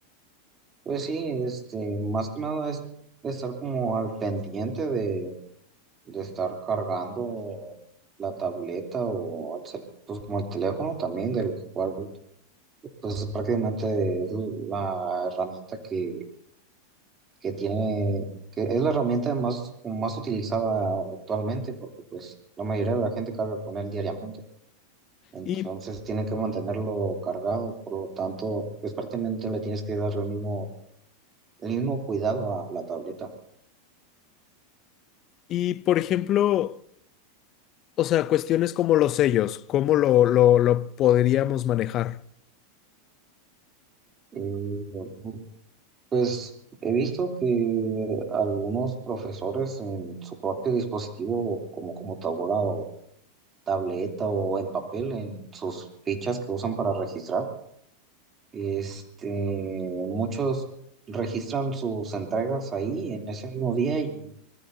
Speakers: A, on the right; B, on the left.
A: Pues sí, este, más que nada es estar como al pendiente de, de estar cargando la tableta o al cel- pues como el teléfono también, del cual pues prácticamente es la herramienta que que tiene, que es la herramienta más, más utilizada actualmente, porque pues la mayoría de la gente carga con él diariamente. Entonces
B: Y,
A: tienen que mantenerlo cargado, por lo tanto, pues prácticamente le tienes que dar el mismo, el mismo cuidado a la tableta.
B: y por ejemplo, o sea, cuestiones como los sellos, ¿cómo lo, lo, lo podríamos manejar?
A: Eh, pues he visto que algunos profesores en su propio dispositivo, como computadora o tableta o en papel, en sus fichas que usan para registrar, Este, muchos registran sus entregas ahí en ese mismo día y